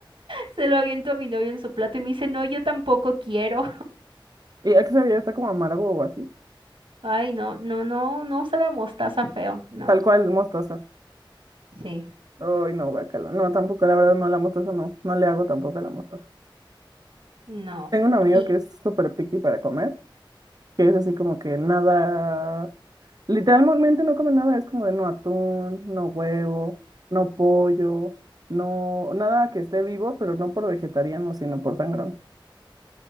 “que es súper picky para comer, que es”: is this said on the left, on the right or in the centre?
Right